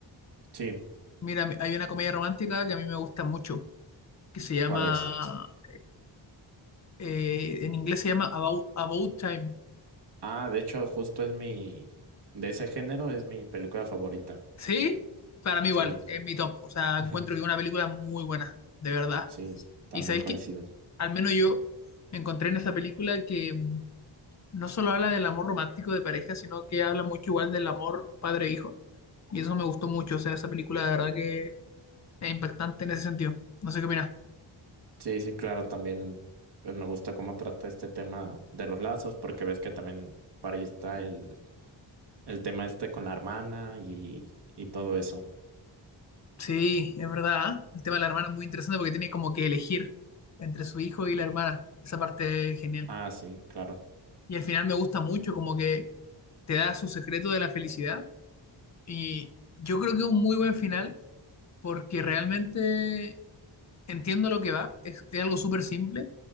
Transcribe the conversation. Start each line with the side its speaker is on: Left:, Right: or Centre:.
Right: Sí,
Left: Mira, mi- hay una comedia romántica que a mí me gusta mucho, que se llama,
Right: ¿cuál es?
Left: eh, en inglés se llama About, About Time.
Right: Ah, de hecho, justo es mi, de ese género es mi película favorita.
Left: ¿Sí? Para mí igual,
Right: Sí,
Left: es mi top. O sea,
Right: <laughs>
Left: encuentro que es una película muy buena, de verdad.
Right: sí, también
Left: Y sabéis
Right: coincido.
Left: que, al menos yo encontré en esa película que... no solo habla del amor romántico de pareja, sino que habla mucho igual del amor padre-hijo. Y eso me gustó mucho. O sea, esa película de verdad que es impactante en ese sentido. No sé qué opinas.
Right: Sí, sí, claro, también, pues me gusta cómo trata este tema de los lazos, porque ves que también por ahí está el, el tema este con la hermana y, y todo eso.
Left: Sí, es verdad. ¿eh? El tema de la hermana es muy interesante porque tiene como que elegir entre su hijo y la hermana. Esa parte es genial.
Right: Ah, sí, claro.
Left: Y al final me gusta mucho, como que te da su secreto de la felicidad. Y yo creo que es un muy buen final porque realmente entiendo lo que va, es, es algo súper simple,